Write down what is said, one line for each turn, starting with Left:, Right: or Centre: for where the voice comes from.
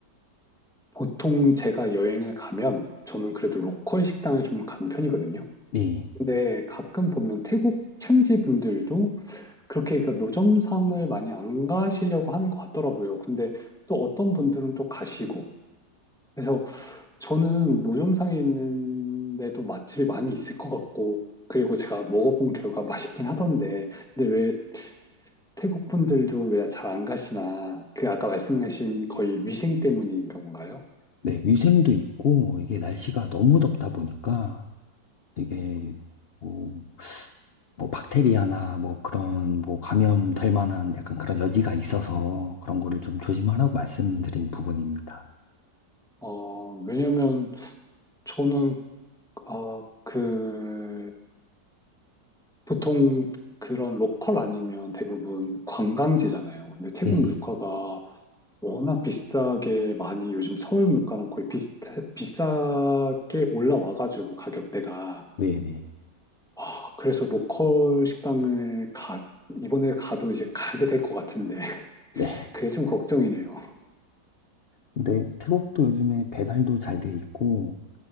Centre: 보통 제가 여행을 가면 저는 그래도 로컬 식당을 좀 가는 편이거든요.
Left: 네,
Centre: 근데 가끔 보면 태국 현지 분들도 그렇게 그러니까 노점상을 많이 안 가시려고 하는 것 같더라고요. 근데 또 어떤 분들은 또 가시고. 그래서 저는 노점상에 있는데도 맛집이 많이 있을 것 같고, 그리고 제가 먹어본 결과 맛있긴 하던데, 근데 왜 태국 분들도 왜 잘 안 가시나? 그 아까 말씀하신 거의 위생 때문인 건가요?
Left: 네, 위생도 있고 이게 날씨가 너무 덥다 보니까 이게 뭐, 뭐 박테리아나 뭐 그런 뭐 감염될 만한 약간 그런 여지가 있어서 그런 거를 좀 조심하라고 말씀드린 부분입니다.
Centre: 어, 왜냐면 저는 아, 그, 보통 그런 로컬 아니면 대부분 관광지잖아요. 근데 태국
Left: 네,
Centre: 물가가 워낙 비싸게 많이 요즘 서울 물가랑 거의 비슷해, 비싸게 올라와가지고 가격대가.
Left: 네, 네.
Centre: 아, 그래서 로컬 식당을 가, 이번에 가도 이제 가게 될 것 같은데. <laughs>
Left: 네.
Centre: 그게 좀 걱정이네요.
Left: 근데 태국도 요즘에 배달도 잘 돼 있고,